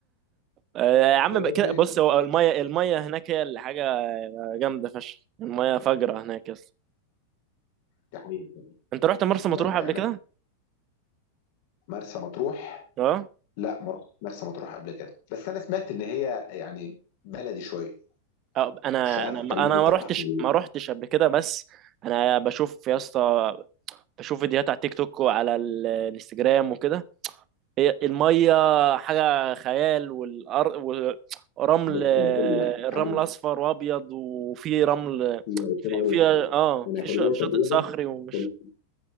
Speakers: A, on the right; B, on the left.
A: آه، يا عم
B: فاهمني؟
A: بقى كده بص هو الميه الميه هناك هي اللي حاجه جامده فشخ الميه فجره هناك يس
B: دي حقيقة
A: انت رحت مرسى
B: المية
A: مطروح قبل
B: هناك
A: كده
B: مرسى مطروح
A: اه
B: لا ما رحتش مرسى مطروح قبل كده بس انا سمعت ان هي يعني بلدي شويه
A: آه، انا
B: مش عارف
A: انا
B: الكلام
A: انا
B: ده
A: ما رحتش
B: صح ولا
A: ما رحتش قبل كده بس انا بشوف يا اسطى بشوف فيديوهات على تيك توك وعلى ال- الانستجرام وكده هي الميه حاجه خيال والأر... ورمل
B: لا بس هقول لك
A: الرمل
B: انا
A: اصفر وابيض وفي رمل
B: لا بس
A: في,
B: انا هقول
A: في اه
B: لك انا
A: في
B: كان
A: ش-
B: ليا تجربه
A: شاطئ صخري ومش
B: كان-